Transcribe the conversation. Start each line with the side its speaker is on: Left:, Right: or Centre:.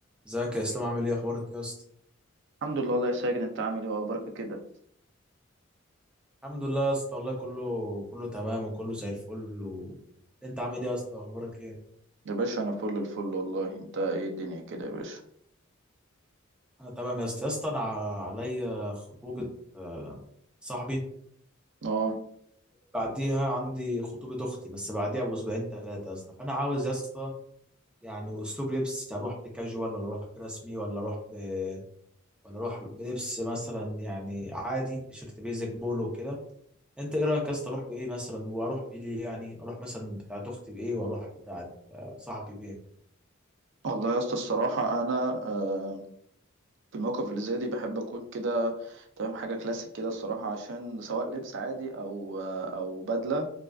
Centre: ازيك يا اسلام عامل ايه اخبارك يا اسطى
Right: الحمد لله الله يا ساجد انت عامل ايه واخبارك كده
Centre: الحمد لله يا اسطى والله كله كله تمام وكله زي الفل و... انت عامل ايه يا اسطى اخبارك ايه
Right: يا باشا انا فل الفل والله انت ايه الدنيا كده يا باشا
Centre: انا تمام يا اسطى يا اسطى انا ع- عليا خطوبه آه، صاحبي
Right: اه
Centre: بعديها عندي خطوبه اختي بس بعديها باسبوعين ثلاثه يا اسطى فانا عاوز يا اسطى يعني اسلوب لبس اروح بكاجوال ولا اروح برسمي ولا اروح ب... ولا اروح بلبس مثلا يعني عادي تيشيرت بيزك بولو وكده انت ايه رايك يا اسطى اروح بايه مثلا واروح بيه ليه يعني اروح مثلا بتاعه اختي بايه واروح بتاعه آه، صاحبي بايه
Right: والله يا اسطى الصراحه انا آه، في الموقف اللي زي دي بحب اكون كده تمام حاجه كلاسيك كده الصراحه عشان سواء لبس عادي او آه، او بدله